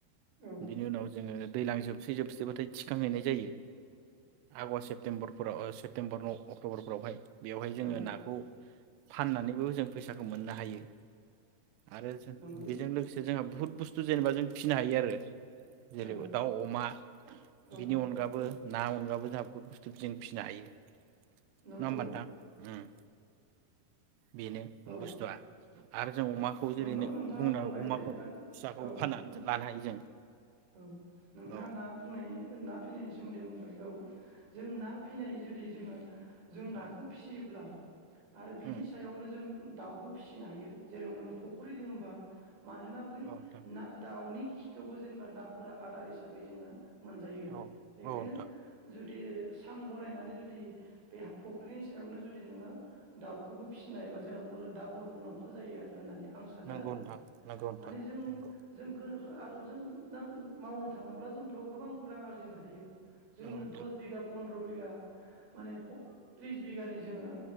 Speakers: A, on the right; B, on the right.
A: औ
B: बिनि उनाव जोङो दैज्लां जोबसै जोबसै बाथाय थिखांहैनाय जायो। आगष्ट, सेप्तम्बर फोराव ओ सेप्तम्बर नाव अक्ट'बरफोरावहाय बेवहाय जोङो
A: औ
B: नाखौ फाननानैबो जों फैसाखौ मोननो हायो। आरो जों
A: नंगौ
B: बेजों लोगोसे जोङो बुहुत बुस्थु जेनेबा जों फिनो हायो आरो जेरै
A: औ
B: दाउ, अमा
A: औ औ
B: बिनि अनगाबो ना बहुद बुस्थु फिन फिसिनो हायो नङा
A: नंगौ
B: होमबा नोंथां ओं। बेनो
A: औ
B: बुस्थुआ आरो जों अमाखौ
A: नंगौ
B: जेरै नो
A: नोंथाङा
B: बुंनो
A: बुंबाय
B: अमाखौ
A: जे
B: फिसाखौ
A: औ
B: फाननानै लानो हायो जों।
A: औ नोंथाङा
B: औ
A: ना बुंनायनि ना फिनायनि सोमोन्दै बुंबाय औ। जों ना फिनाय जुदि जोङो <inaudible> जों नाखौ
B: औ
A: फियोब्ला आरो बिनि
B: उम
A: सायावनो जों दाउबो फिसिनो हायो जेराव नोङो फख्रि दोङबा मानोना बै
B: औ नोंथां
A: ना दाउनि खि खौवबो जों नाफोरा आदार हिसाबै जोङो मोनजायो
B: औ
A: बेखायनो
B: औ नोंथां
A: जुद जुदि सां बनायनानै जुदि, बे फुख्रिनि सायावनो जुदि नोङो दाउखौबो फिसिनो हायोबा जोंहा मु डाबल मुलाम्फा जायो आरो दानिया। आं सानो
B: नंगौ
A: आरो
B: नोंथां नंगौ नोंथां
A: माने जों
B: नंगौ
A: जों गोनो आलुजों ना मावनो थाङोब्ला जोंथ' गोबां रां आरजिनो हायो। जोंनो
B: औ नोंथां
A: दस बिघा फन्द्र सथ्र' बिगा माने फ त्रिस बिगानि जोङो।